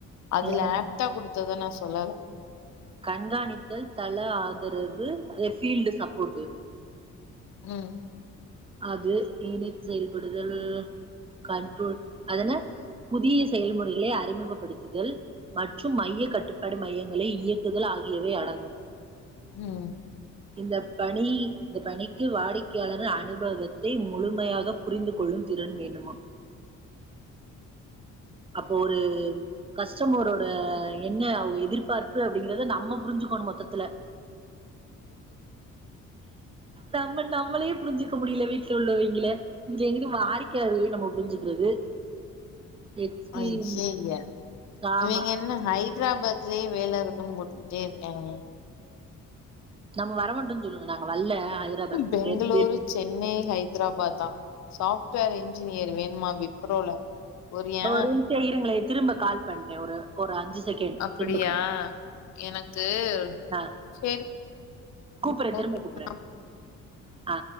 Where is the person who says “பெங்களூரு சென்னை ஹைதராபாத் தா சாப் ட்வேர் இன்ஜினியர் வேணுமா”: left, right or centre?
Left